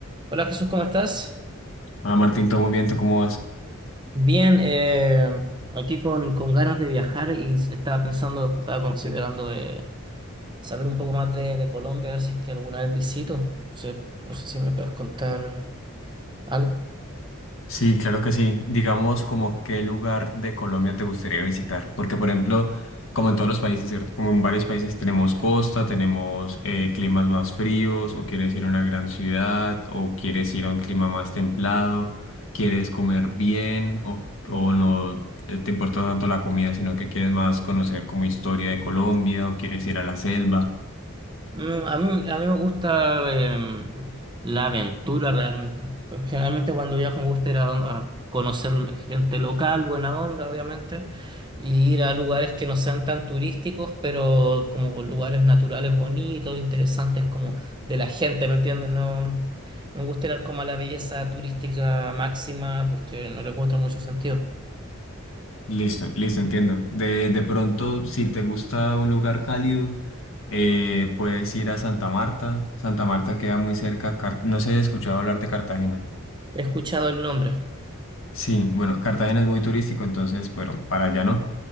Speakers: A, on the right; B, on the left.
A: Hola Jesús, ¿cómo estás?
B: Hola Martín, todo muy bien, ¿tú cómo vas?
A: Bien, eh, aquí con, con ganas de viajar y s- estaba pensando, estaba considerando eh, saber un poco más de, de Colombia, a ver si es que alguna vez visito. No sé, no sé si me puedes contar algo.
B: Sí, claro que sí. Digamos, como qué lugar de Colombia te gustaría visitar. Porque, por ejemplo, como en todos los países, ¿cierto? Como en varios países tenemos costa, tenemos eh, climas más fríos, o quieres ir a una gran ciudad, o quieres ir a un clima más templado, quieres comer bien, o, o no eh, te importa tanto la comida, sino que quieres más conocer como historia de Colombia, o quieres ir a la selva.
A: Mm, A mí, a mí me gusta em, la aventura realmente. Pero Generalmente cuando viajo me gusta ir a, don- a conocer gente local, buena onda, obviamente, y ir a lugares que no sean tan turísticos, pero como lugares naturales bonitos, interesantes como de la gente, ¿me entiendes? No, no me gusta ir como a la belleza turística máxima porque no le encuentro mucho sentido.
B: Listo, listo, entiendo. De, de pronto, si te gusta un lugar cálido, eh, puedes ir a Santa Marta. Santa Marta queda muy cerca. a Car- no sé si has escuchado hablar de Cartagena.
A: He escuchado el nombre.
B: Sí, bueno, Cartagena es muy turístico, entonces, bueno, para allá no.